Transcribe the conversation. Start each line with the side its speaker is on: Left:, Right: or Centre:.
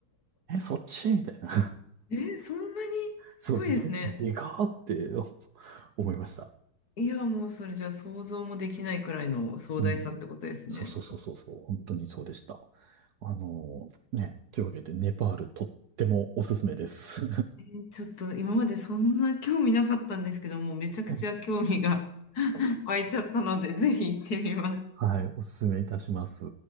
Right: え、そっちみたいな。
Left: え、そんなにすごいですね。
Right: そう、で、でかーって <laughs> 思いました。
Left: いや、もうそれじゃ想像もできないくらいの壮大さってことですね。
Right: うん。そうそうそうそうそう、本当にそうでした。あのね、というわけで、ネパールとってもおすすめです。
Left: えーちょっと今までそんな興味なかったんですけども、めちゃくちゃ興味が
Right: <laughs>
Left: <laughs> 湧いちゃったので、ぜひ行ってみます。
Right: はい、おすすめいたします。